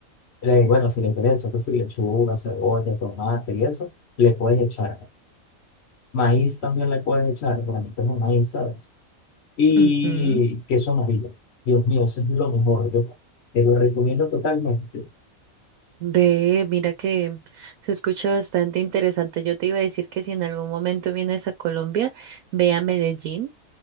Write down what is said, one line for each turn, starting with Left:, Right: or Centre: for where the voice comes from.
Left: Le, bueno, si le quieres echar, que si lechuga, cebolla, tomate y eso, le puedes echar. Maíz también le puedes echar, realmente es un maíz, ¿sabes? y
Right: ujú.
Left: queso amarillo. Dios mío, eso es lo mejor. Yo te lo recomiendo totalmente.
Right: Ve, mira que se escucha bastante interesante. Yo te iba a decir que si en algún momento vienes a Colombia, ve a Medellín.